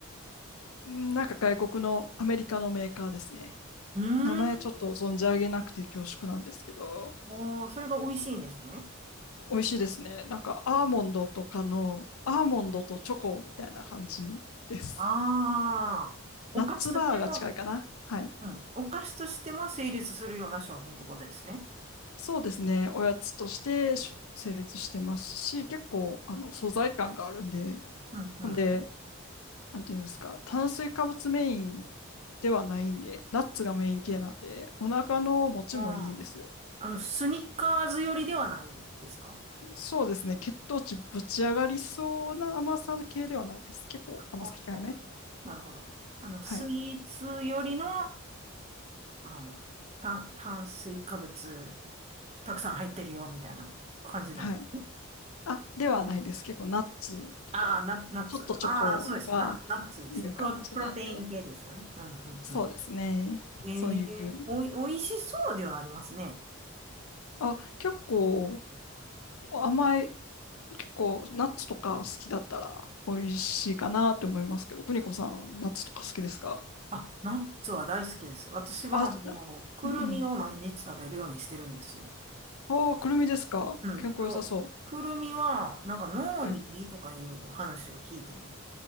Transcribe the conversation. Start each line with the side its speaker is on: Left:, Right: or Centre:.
Left: うんなんか外国のアメリカのメーカーですね。
Right: うーん。
Left: 名前ちょっと存じ上げなくて恐縮なんですけど、
Right: ああ、それが美味しいんですね。
Left: 美味しいですね。なんかアーモンドとかの、アーモンドとチョコみたいな感じです。
Right: ああ、お菓子としても、
Left: ナッツバーが近いかな。はい。
Right: うん、お菓子としても成立するような商品ってことですね。
Left: そうですね。おやつとしてし成立してますし、結構、あの、素材感があるんで、
Right: うん、うん。
Left: ほんで、なんていうんですか、炭水化物メインではないんで、ナッツがメイン系なんで、お腹の持ちもいいんですよ。
Right: ああ、あの、スニッカーズ寄りではないですか
Left: そうですね、血糖値ぶち上がりそうな甘さ系ではないです。結構甘さ控えめ。
Right: はあはあはあなるほど。あの、スイーツよりの、
Left: はい。
Right: あの、炭、炭水化物、たくさん入ってるよ、みたいな感じなんですね。
Left: はい。あ、ではないです。結構ナッツとか、
Right: ああ、ナ、ナッツ。
Left: ちょっとチョコとかいう感じなんで、
Right: ああ、そうですね。ナ、ナッツですね。プロ、プロテイン系ですよね。うん、うん、
Left: そうですね。
Right: うん。ええ、
Left: そういう。
Right: おい、おいしそうではありますね。
Left: あ、結構甘い、結構ナッツとか好きだったら美味しいかなって思いますけど、邦子さん、ナッツとか好きですか
Right: あ、ナッツは大好きです。私は、
Left: あ、
Right: あの、
Left: じゃ
Right: くるみを毎日食べるようにしてるんですよ。
Left: うんうん。ああ、くるみですか健康良さそ
Right: うん。あのくるみは、なんか脳にいいとかいう話を聞いてね。
Left: う。はい。